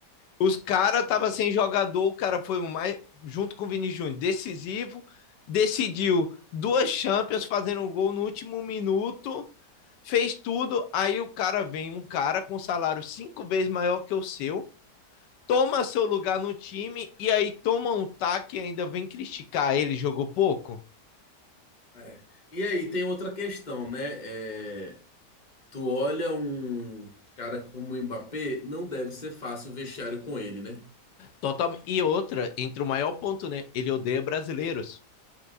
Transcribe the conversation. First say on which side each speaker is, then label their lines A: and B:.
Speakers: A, on the left; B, on the left.
A: os caras tava sem jogador, o cara foi o mais, junto com o Vini Júnior, decisivo, decidiu duas Champions fazendo um gol no último minuto, fez tudo, aí o cara vem, um cara com salário cinco vezes maior que o seu, toma seu lugar no time e aí toma um taque e ainda vem criticar ele, jogou pouco.
B: É. E aí tem outra questão, né? É, tu olha um cara como o Mbappé, não deve ser fácil o vestiário com ele, né?
A: Total... E outra, entre o maior ponto, né? Ele odeia brasileiros.